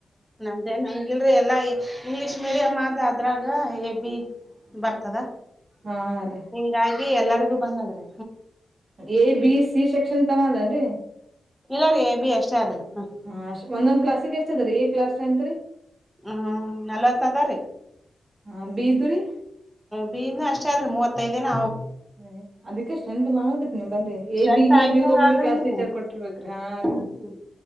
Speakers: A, in the centre; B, on the right (about 45°).
A: ನಮ್ದೇ ಹಂಗಿಲ್ರಿ ಎಲ್ಲಾ ಇಂಗ್ಲಿಷ್ ಮೀಡಿಯಂ ಆದ ಅದ್ರಾಗ ಎಬ ಬರ್ತದ
B: ಹಾ ರೀ
A: ಹ ಎಲ್ಲರಿಗು ಬಂದದ್ರೆ
B: ಎ ಬಿ ಸಿ ಸೆಕ್ಷನ್ ತರದ ರರಿ
A: ಇಲ್ಲ ರೀ ಎ ಬಿ ಅಷ್ಟೇ ಆದ್ರಿ ಹ್ಮ್
B: ಹಾ ಅಷ್ಟ ಒಂದೊಂದ್ ಕ್ಲಾಸ್ಿಗೆ ಎಷ್ಟದ್ರೀ ಈ ಕ್ಲಾಸ್ ಅತ್ರಿ
A: ಹ್ಮ್ ನಲ್ವತ್ತದಾರ
B: ಹ ಬೀದರಿ
A: ಬೀನು ಅಷ್ಟೇ ಆದ್ರೆ ಮೂವತ್ತೈದೇಿನ
B: ಹ್ಮ ಅದಕ್ಕೆಷ್ಟ ನ ಮಾಡದ್ರಿ ನೀಮ್ ಬ್ರಿ
A: ಸ್ಟ್ರೆಂತ್
B: ಬೀಗ್
A: ಐದ್ನೂರ್
B: ಬೀಗ್ ಒಬ್ಬಬ್ರು
A: ಆಗಂತ್ರಿ
B: ಕ್ಲಾಸ್ ಟೀಚರ್ ಕೊಟ್ಟಿರ್ಬೇಕ್ರೀ ಹಾ
A: ಹ್ಮ್
B: ರೀ